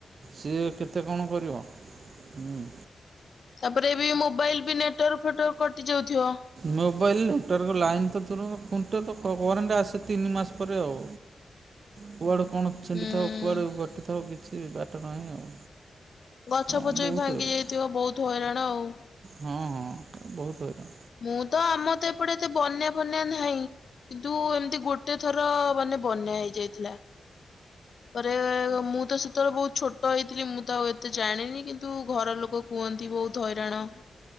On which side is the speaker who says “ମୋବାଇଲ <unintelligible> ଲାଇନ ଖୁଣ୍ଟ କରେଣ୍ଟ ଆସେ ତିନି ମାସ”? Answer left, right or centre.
Right